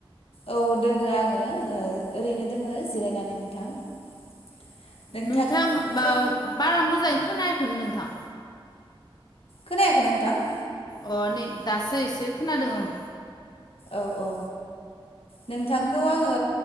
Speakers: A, on the left; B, on the left.
A: औ दोङो आङो ओ ओरैनो दोङो जिरायनानै नोंथां। <inaudible> नोंथांखौ
B: नोंथां बा बारा मोजाङै खोनायाखैमोन नोंथां।
A: खोनायाखैना नोंथां?
B: अ नै दासो एसे खोनादों ओं।
A: औ औ। नोंथांखौ आङो